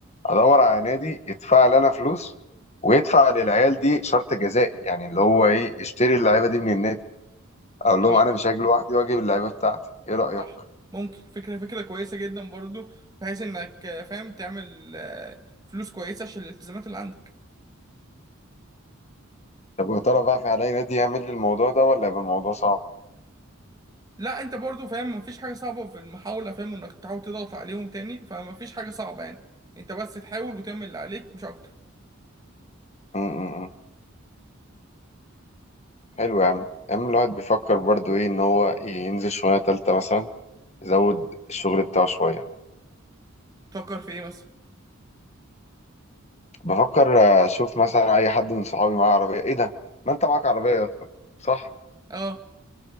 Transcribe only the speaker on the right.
آه،
صح ممكن فكره فكره كويسه جدا برضو بحيث انك آه، فاهم تعمل آه، فلوس كويسه عشان الالتزامات اللي عندك
لا انت برضو فاهم مفيش حاجة صعبة في المحاولة فاهم انك تحاول تضغط عليهم تاني فمفيش حاجة صعبة يعني انت بس تحاول وتعمل اللي عليك مش اكتر
تفكر في ايه مثلا
اه